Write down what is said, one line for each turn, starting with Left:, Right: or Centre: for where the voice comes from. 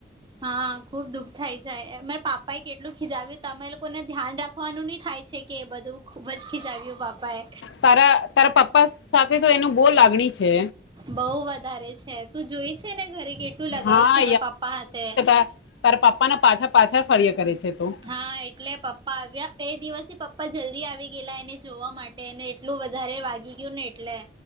Right: હા ખુબ દુઃખ થાય છે અમારે પાપા એ કેટલું ખીજાવ્યું તમે લોકોને ધ્યાન રાખવાનું નહી થાય છે કે એ બધું ખૂબ જ ખીચાવ્યું બાપાએ
Left: તારા તારા પપ્પા સાથે તો એનું બહુ લાગણી છે
Right: બઉ વધારે છે તું જોઈ છે ને ઘરે કેટલું લગાવ
Left: હા
Right: છે ને પપ્પા હાથે
Left: <inaudible> ના પાછા પાછળ ફરિયા કરે છે તો
Right: હા એટલે પપ્પા આવ્યા એ દિવસ પપ્પા જલ્દી આવી ગયા લા એને જોવા માટે એને એટલું વધારે વાગી ગયું ને એટલે